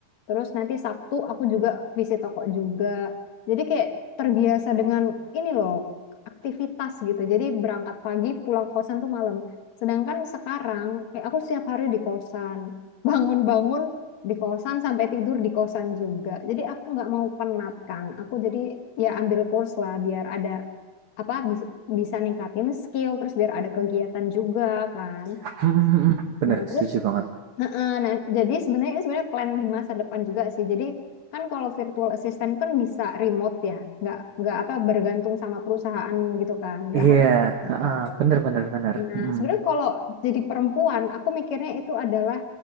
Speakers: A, on the left; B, on the right.
A: Terus nanti Sabtu aku juga visit toko juga. Jadi kayak terbiasa dengan ini loh aktivitas gitu. Jadi berangkat pagi pulang kosan tuh malam. Sedangkan sekarang kayak aku setiap hari di kosan. Bangun-bangun di kosan sampai tidur di kosan juga. Jadi aku nggak mau penat kan. Aku jadi ya ambil course lah biar ada apa bis- bisa ningkatin skill terus biar ada kegiatan juga kan.
B: hmm, hmm, hmm, hmm. Bener,
A: Nah,
B: setuju
A: terus
B: banget.
A: heeh, nah, jadi sebenarnya ini sebenarnya plan di masa depan juga sih. Jadi kan kalau virtual assistant kan bisa remote ya. Nggak nggak apa bergantung sama perusahaan gitu kan. Nggak
B: Iya,
A: harus di
B: heeh,
A: kantor.
B: bener bener bener.
A: Nah,
B: Hmm.
A: sebenarnya kalau jadi perempuan, aku mikirnya itu adalah